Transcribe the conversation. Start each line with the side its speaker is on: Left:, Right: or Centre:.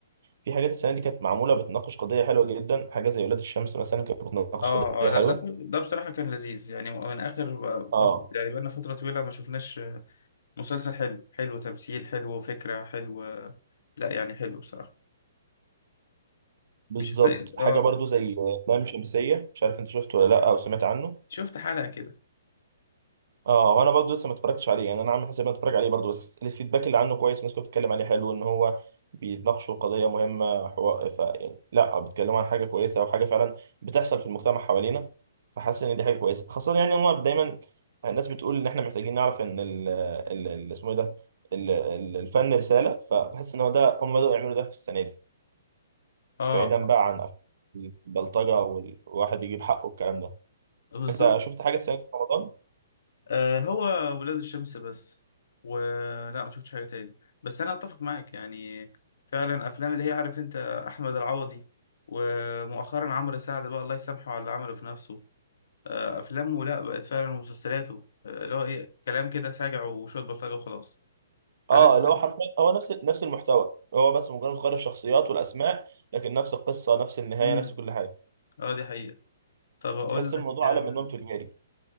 Right: في حاجات السنة دي كانت معمولة بتناقش قضية حلوة جدا حاجة زي ولاد الشمس مثلا كانت بتناقش
Left: آه
Right: قضية
Left: آه لا
Right: حلوة
Left: ده كل- ده بصراحة كان لذيذ يعني من آخر فترة
Right: اه
Left: يعني بقالنا فترة طويلة ما شفناش مسلسل حلو حلو تمثيل حلو فكرة حلو لا يعني حلو بصراحة
Right: بالظبط
Left: مش هتلاقي
Right: حاجة
Left: اه
Right: برضو زي لام شمسية مش عارف أنت شفته ولا لأ أو سمعت عنه
Left: شفت حلقة كده
Right: اه وانا برضه لسه ما اتفرجتش عليه يعني انا عامل حساب إني اتفرج عليه برضه بس الفيدباك اللي عنه كويس الناس كانت بتتكلم عليه حلو ان هو بيتناقشوا قضيه مهمه حوار ف يعني لا بيتكلموا عن حاجه كويسه او حاجه فعلا بتحصل في المجتمع حوالينا فحاسس ان دي حاجه كويسه خاصه يعني هم دايما الناس بتقول ان احنا محتاجين نعرف ان ال ال- ال- اسمه ايه ده ال- ال- الفن رساله فبحس ان هو ده هم بدأوا يعملوا ده في السنه دي
Left: اه
Right: بعيدا بقى عن البلطجه والواحد بيجيب حقه والكلام ده
Left: بالظبط
Right: انت شفت حاجه السنه دي في رمضان
Left: آه هو ولاد الشمس بس ولا ما شفتش حاجة تاني بس انا اتفق معاك يعني فعلا افلام اللي هي عارف انت احمد العوضي ومؤخرا عمرو سعد بقى الله يسامحه على اللي عمله في نفسه آه افلامه لا بقت فعلا ومسلسلاته آه، اللي هو ايه كلام كده ساجع وشوية بلطجة وخلاص
Right: اه
Left: فلا
Right: اللي هو حرفيا هو نفس نفس المحتوى هو بس مجرد غير الشخصيات والاسماء لكن نفس القصه نفس النهايه
Left: امم
Right: نفس كل حاجه
Left: اه دي حقيقة طب اقول
Right: فتحس الموضوع
Left: لك
Right: على
Left: آه،
Right: منهم تجاري